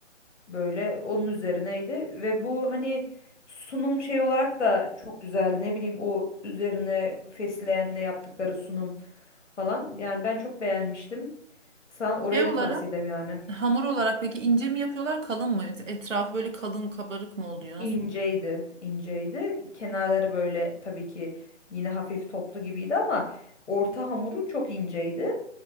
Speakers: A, on the left; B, on the right.
A: Böyle onun üzerineydi ve bu hani sunum şey olarak da çok güzel. Ne bileyim o üzerine fesleğenle yaptıkları sunum falan. Yani ben çok beğenmiştim. Sana orayı
B: Şey olarak
A: da tavsiye ederim yani.
B: hamur olarak peki ince mi yapıyorlar kalın mı? Etrafı böyle kalın kabarık mı oluyor? Nasıl?
A: İnceydi, inceydi. Kenarları böyle tabii ki yine hafif toplu gibiydi ama orta hamuru çok inceydi.